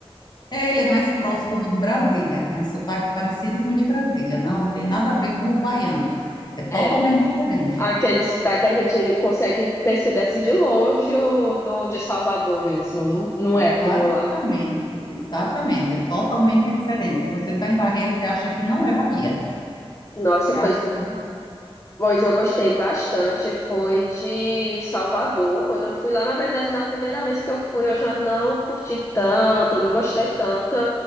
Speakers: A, on the left; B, on the left.
A: É, ele é mais próximo do de Brasília. É um sotaque parecido com o de Brasília. Não tem nada a ver com o baiano. É totalmente
B: É,
A: diferente.
B: Aquele sotaque que a gente consegue perceber assim de longe o do de Salvador mesmo, não, não
A: Exatamente.
B: é como lá.
A: Exatamente. É totalmente diferente. Você está em Barreira, você acha que não é Bahia.
B: Nossa,
A: Você acha
B: pois,
A: que
B: pois eu gostei bastante, foi de Salvador. Quando eu fui lá, na verdade, na primeira vez que eu fui, eu já não curti tanto, não gostei tanto.